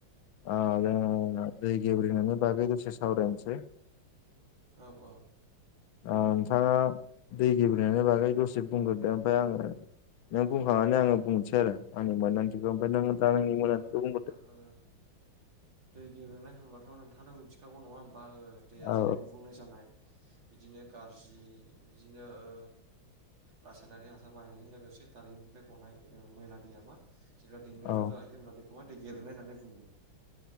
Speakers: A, on the left (about 75°); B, on the right (about 65°).
A: ओ जों दै गेवब्रेनायनि बागै दसे सावरायनोसै
B: औ औ
A: ओ नोंथाङा दै गेब्रेनायनि बागै दसे बुंग्रोदो ओमफ्रायाय आङो नों बुंखांनानै आङो बुंनोसै आरो आंनि मोनदांथिखौ ओमफ्राय नोङो दा
B: औ
A: नोंनि मोनदांथिखौ
B: जागोन दे नोंथां
A: बुंहरदो
B: ओ दै गेब्रेनाय होनबाथ' नोंथाङाथ मिथिखागौ नङा बा ओ दैया
A: औ
B: जेरै गुबुंल जानाय बिदिनो गाज्रि बिदिनो ओ रासायनारि हासार बायनायजों लोगोसे दारिमनिफ्राय गनाय ओ मैला दैया मा जेब्ला दैमाया
A: औ
B: ज' जाहैयो होनब्ला बेखौहाय दै गेब्रेनाय होननानै बुङो।